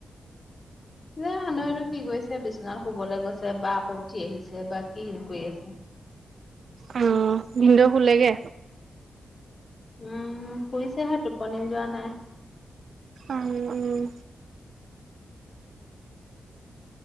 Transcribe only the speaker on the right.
উম! ভিনদেউ শুলেগে?
উম!